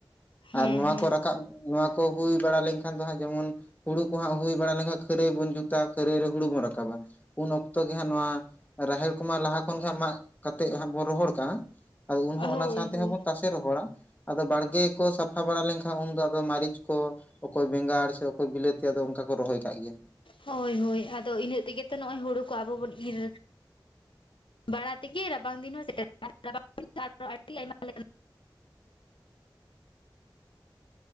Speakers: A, on the left; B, on the left.
A: ᱦᱮᱸ
B: ᱟᱨ ᱱᱚᱣᱟ
A: ᱦᱮᱸ
B: ᱠᱚ ᱨᱟᱠᱟᱵ ᱱᱚᱣᱟ ᱠᱚ ᱦᱩᱭ ᱵᱟᱲᱟ ᱞᱮᱝᱠᱷᱟᱱ ᱫᱚ ᱦᱟᱸᱜ ᱡᱮᱢᱚᱱ ᱦᱩᱲᱩ ᱠᱚ ᱦᱟᱸᱜ ᱦᱩᱭ ᱵᱟᱲᱟ ᱞᱮᱝᱠᱷᱟᱱ ᱠᱷᱟᱹᱨᱟᱹᱭ ᱵᱚᱱ ᱡᱩᱛᱟ, ᱠᱷᱟᱹᱨᱟᱹᱭ ᱨᱮ ᱦᱩᱲᱩ ᱵᱚᱱ ᱨᱟᱠᱟᱵᱟ᱾ ᱩᱱ ᱚᱠᱛᱚ ᱜᱮ ᱦᱟᱸᱜ ᱱᱚᱣᱟ, ᱨᱟᱦᱮᱲ ᱠᱚᱢᱟ ᱞᱟᱦᱟ ᱠᱷᱚᱱ ᱜᱮ ᱦᱟᱸᱜ ᱢᱟᱜ ᱠᱟᱛᱮᱫ ᱦᱟᱸᱜ ᱵᱚᱱ ᱨᱚᱦᱚᱲ ᱠᱟᱜᱼᱟ᱾ ᱟᱫᱚ ᱩᱱᱦᱚᱸ
A: ᱦᱳᱭ
B: ᱚᱱᱟ ᱥᱟᱶᱛᱮ
A: ᱦᱳᱭ
B: ᱦᱚᱸᱵᱚ ᱛᱟᱥᱮ ᱨᱚᱦᱚᱲᱟ, ᱟᱫᱚ ᱵᱟᱲᱜᱮ ᱠᱚ ᱥᱟᱯᱷᱟ ᱵᱟᱲᱟ ᱞᱮᱝᱠᱷᱟᱱ ᱩᱱ ᱫᱚ ᱠᱚᱭ ᱢᱟᱹᱨᱤᱪ ᱠᱚ, ᱚᱠᱚᱭ ᱵᱮᱸᱜᱟᱲ ᱥᱮ ᱚᱠᱚᱭ ᱵᱤᱞᱟᱹᱛᱤ ᱟᱫᱚ ᱚᱝᱠᱟ ᱠᱚ ᱨᱚᱦᱚᱭ ᱠᱟᱜ ᱜᱮᱭᱟ᱾
A: ᱦᱳᱭ ᱦᱳᱭ ᱟᱫᱚ ᱤᱱᱟᱹᱜ ᱛᱮᱜᱮ ᱛᱚ ᱱᱚᱜ-ᱚᱭ ᱦᱳᱲᱳ ᱠᱚ ᱟᱵᱚ ᱵᱚᱱ ᱤᱨ ᱵᱟᱲᱟ ᱛᱮᱜᱮ ᱨᱟᱵᱟᱝ ᱫᱤᱱ ᱦᱚᱸ ᱥᱮᱴᱮᱨᱚᱜᱼᱟ, ᱨᱟᱵᱟᱝ ᱫᱤᱱ ᱛᱚᱨᱯᱚᱨ ᱟᱹᱰᱤ ᱟᱭᱢᱟ <inaudible>